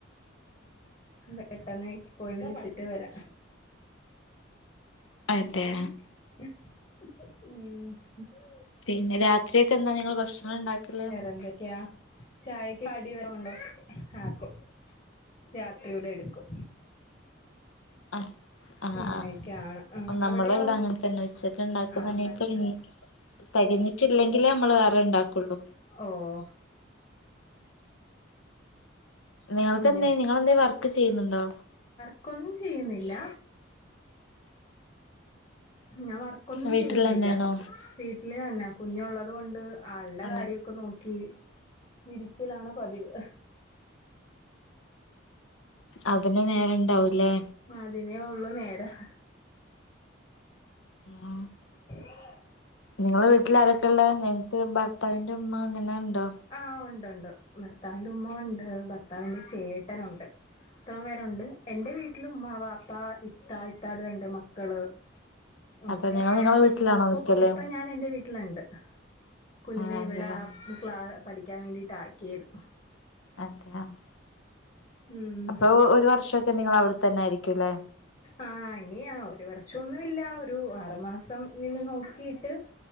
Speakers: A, on the left; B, on the left.
A: ഉം പെട്ടെന്ന് പോയി വിളിച്ചി ട്ട് വരാ
B: അതെ
A: ഉം
B: പിന്നെ രാത്രിയൊക്കെ എന്താ നിങ്ങള് ഭക്ഷണം ഉണ്ടാക്കല്
A: എന്തക്കെയ ചായക്ക് കടി വല്ലോ ഒണ്ടോ ആഹ് ആക്കും രാത്രി ഇവിടെ എടുക്കും
B: ആഹ് ആഹ്
A: അങ്ങനെയൊക്കെയാണ്
B: ആഹ് നമ്മള
A: അവിടെയോ
B: ഇവിടെ അങ്ങനെ തന്നെ ഉച്ചക്ക് ഉണ്ടാക്ക
A: ആണല്ലേ
B: തന്നെപ്പഴും തികഞ്ഞിട്ടില്ലെങ്കിലേ നമ്മള് വേറെ ഉണ്ടാക്കുള്ളൂ
A: ഓഹ്
B: നിങ്ങൾക്ക്
A: പിന്നെ
B: എന്ത നിങ്ങെന്ത വർക്ക് ചെയ്യുന്നുണ്ടോ
A: ക്കോന്നും ചെയ്യുന്നില്ല ഞാൻ വർക്കൊന്നും
B: വീട്ടിൽ
A: ചെയ്യുന്നില്ല
B: തന്നെയാണോ
A: വീട്ടില് തന്നെ കുഞ്ഞുള്ളത് കൊണ്ട് ആളുടെ
B: അതെ
A: കാര്യം ക്കെ നോക്കി ഇരിക്കലാണ് പതിവ്
B: അതിന് നേരണ്ടാവൂല്ലേ
A: അതിനേ ഉള്ളു നേരം
B: ആഹ്
A: <unintelligible>
B: നിങ്ങളെ വീട്ടിൽ ആാരക്കെയ ഉള്ളേ നിങ്ങക്ക് ഭർത്താവിന്റെ ഉമ്മ അങ്ങനെ ഉണ്ടോ
A: ആഹ് ഉണ്ട് ഉണ്ട് ഭർത്താവിന്റെ ഉമ്മ ഉണ്ട് ഭർത്താവിന്റെ ചേട്ടനുണ്ട് ഇത്രം പേരുണ്ട് എൻറെ വീട്ടിൽ ഉമ്മാ വാപ്പ ഇത്ത ഇത്താട രണ്ട് മക്കള് ഉണ്ട്
B: അതെ നിങ്ങൾ നിങ്ങളെ വീട്ടിലാണോ
A: ഇപ്പൊ
B: നിക്കല്
A: ഇപ്പൊ ഞാൻ എന്റെ വീട്ടി വീട്ടിലുണ്ട് കുഞ്ഞിനെ
B: ആഹ് അതെയോ
A: ഇവിടെ ക്ലാ പഠിക്കാൻ വേണ്ടിട്ടാക്കിയത്
B: അതെ ആഹ്
A: ഉം
B: അപ്പൊ ഒരു വർഷക്കെ നിങ്ങള് അവിടെ തന്നെ ആയിരിക്കുല്ലെ
A: ആഹ് ഇനി ഒരു വർഷംന്ന്ല്ല ഒരു ആറു മാസം നിന്ന് നോക്കിയിട്ട്